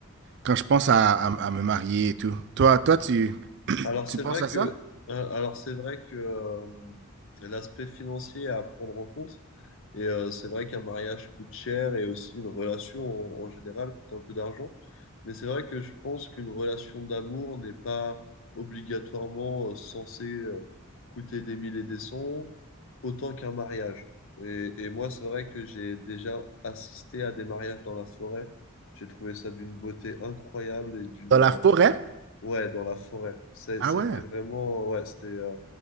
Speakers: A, on the right; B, on the left.
A: quand je pense à, à- à me marier et tout. Toi, toi, tu,
B: Alors c'est
A: tu penses
B: vrai
A: à ça?
B: que, euh, alors c'est vrai que euh, l'aspect financier est à prendre en compte. Et euh, c'est vrai qu'un mariage coûte cher et aussi une relation en, en général coûte un peu d'argent. Mais c'est vrai que je pense qu'une relation d'amour n'est pas obligatoirement euh, censée euh, coûter des mille et des cents autant qu'un mariage. Et, et moi, c'est vrai que j'ai déjà assisté à des mariages dans la forêt. J'ai trouvé ça d'une beauté incroyable et d'une
A: Dans
B: euh,
A: la forêt?
B: Ouais, dans la forêt. C'est-
A: Ah
B: C'était
A: ouais.
B: vraiment, ouais, c'était euh,